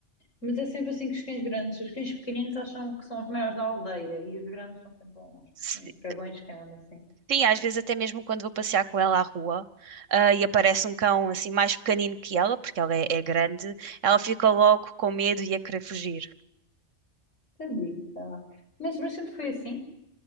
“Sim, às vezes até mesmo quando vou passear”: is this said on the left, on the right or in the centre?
Right